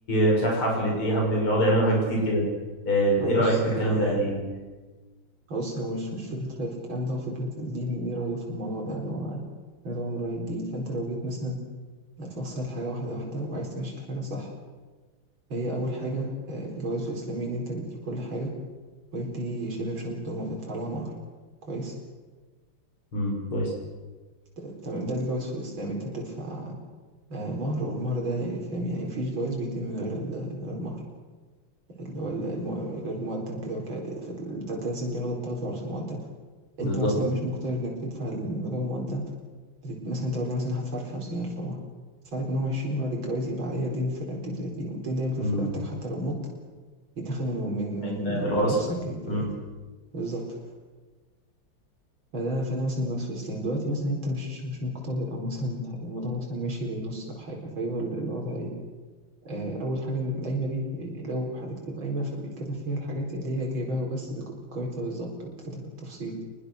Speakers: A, on the left (about 85°); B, on the right (about 70°).
A: آه، مش عارف حفلة ايه حفلة يقعدوا يعملوا حاجات كتير كده آه، ايه
B: ما بص
A: رأيك في الكلام
B: آه
A: ده يعني
B: بص هو مش مش فكره رأي في الكلام ده هو فكره الدين ايه رايه في الموضوع ده ان هو انا طبعا من رأي الدين فانت لو جيت مثلا هتوصل حاجة واحدة واحدة وعايز تمشي حاجة صح هي أول حاجة آه، الجواز الإسلامي إن أنت بتجيب كل حاجة وهي بتيجي شبه بشنطة وما بتدفع لها مهر كويس
A: امم كويس
B: ت- تمام ده الجواز في الإسلام أنت بتدفع آه، مهر والمهر ده يعني فاهم يعني مفيش جواز بيتم من غير ال- من غير مهر اللي هو ال- الم- غير المقدم كده وك- في ال- ده ده لازم بياخده بتاخده عرض المقدم
A: بالظبط
B: انت مثلا مش مقتدر انك تدفع المبلغ المقدم بتت- مثلا انت قلنا مثلا هدفع لك خمسين ألف مهر هدفع لك منهم عشرين وبعد الجواز يبقى عليا دين في رقبتي تلاتين والدين ده يفضل
A: مم.
B: في رقبتك حتى لو مت يتاخد من من
A: من
B: من
A: من
B: من
A: ورثة
B: ورثك يت-
A: مم.
B: بالظبط فده فده مثلا الوصف في الإسلام دلوقتي مثلا انت مش مش مقتدر او مثلا الموضوع مثلا ماشي بالنص او حاجة فيبقى ال- الوضع إيه؟ آه، أول حاجة إن القايمة دي لو هتكتب قايمة فبيتكتب فيها الحاجات اللي هي جايباها وبس بق- بقيمتها بالظبط وبتكتب بالتفصيل